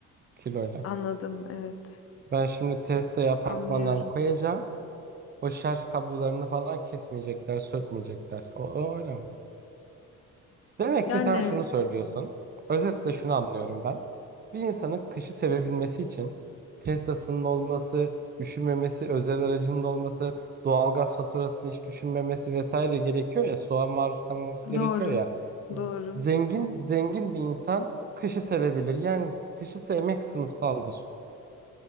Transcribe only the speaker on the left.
Anladım, evet.
Anlıyorum.
Yani
doğru.
Doğru.